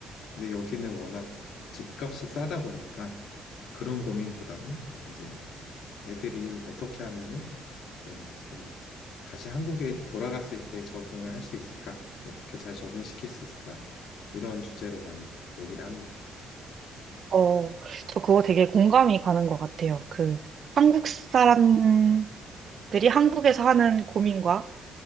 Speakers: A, on the left; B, on the right.
A: 근데 여기는 워낙 집값이 싸다 보니까 그런 고민보다는 이제 애들이 어떻게 하면은 이제 좀 다시 한국에 돌아갔을 때 적응을 할 수 있을까? 어떻게 잘 적응시킬 수 있을까? 이런 주제로 많이 얘기를 합니다.
B: 어, 저 그거 되게 공감이 가는 것 같아요. 그, 한국 사람들이 한국에서 하는 고민과